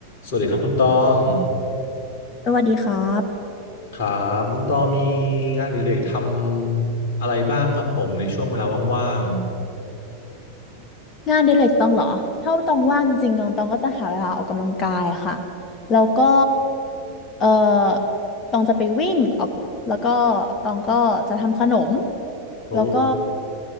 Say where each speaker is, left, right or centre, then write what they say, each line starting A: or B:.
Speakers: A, on the left; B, on the left.
A: สวัสดีครับคุณตอง
B: สวัสดีครับ
A: ครับคุณตองมีงานอดิเรกทำอะไรบ้างครับผมในช่วงเวลาว่าง
B: งานอดิเรกตองเหรอถ้าตองว่างจริงๆตองก็จะหาเวลาออกกำลังกายค่ะแล้วก็เออตองจะไปวิ่งออกกับแล้วก็ตองก็จะทำขนม
A: ๆโอ้
B: แล้วก็